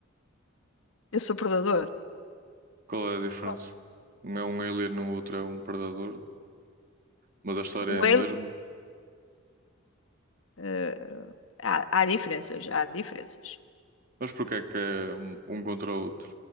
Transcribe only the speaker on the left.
Eu sou predador.
Como?
O
alien.
eh, há, há diferenças, há diferenças.